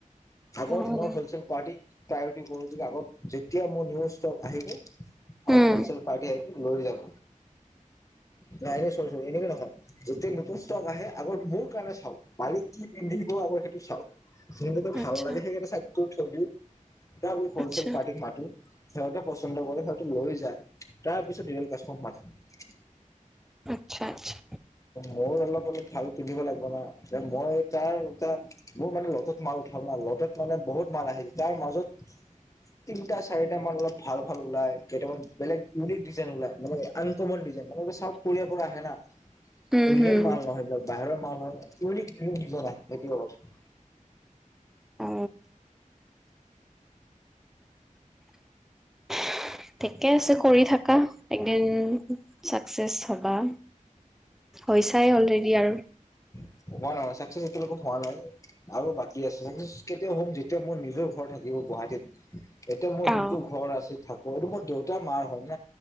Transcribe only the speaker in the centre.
অ'।
উম
আচ্ছা
আচ্ছা
আচ্ছা আচ্ছা।
উম
হুম
অ'। <inaudible> ঠিকে আছে কৰি থাকা একদিন চাকচেচ হবা। হৈছাই অলৰেডি আৰু।
অ